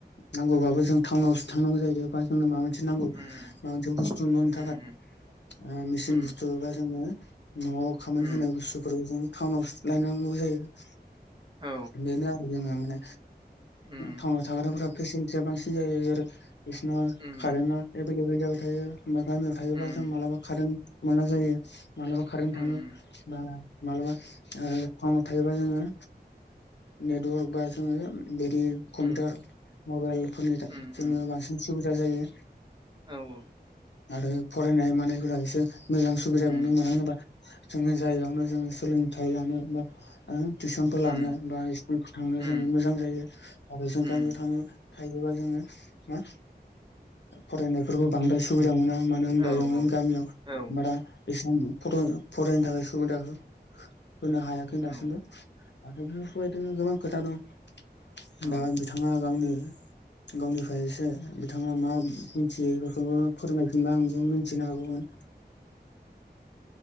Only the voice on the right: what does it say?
उम
उम
उम
उम
औ
उम
उम
उम
उम
उम
उम उम
औ औ।
उम
उम
उम
उम
औ
औ
औ
औ